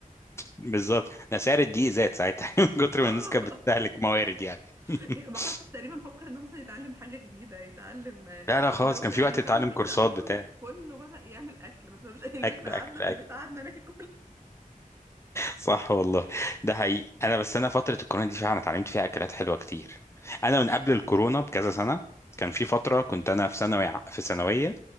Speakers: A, on the left; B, on the right.
A: بالظبط ده سعر الدقيق زاد ساعتها <laughs> من كتر
B: اه
A: ما الناس كانت بتستهلك موارد يعني
B: <laughs>
A: <laughs>
B: ما حدش تقريبا فكر انه مثلا يتعلم حاجه جديده يتعلم آه،
A: لا لا خلاص
B: لغه
A: كان في
B: يتعلم
A: وقت تتعلم
B: دراسه
A: كورسات
B: لا، هو
A: بتاع
B: كله كله بدا يعمل اكل ما تفهمش <laughs> ايه الفكره
A: اكل
B: قعدنا
A: اكل
B: في
A: اكل
B: البيت قعدنا ناكل
A: صح والله ده حقيقي انا بس انا فتره الكورونا دي فعلا اتعلمت فيها اكلات حلوه كتير انا من قبل الكورونا بكذا سنه كان في فتره
B: اه
A: كنت انا في ثانوي ع- في ثانويه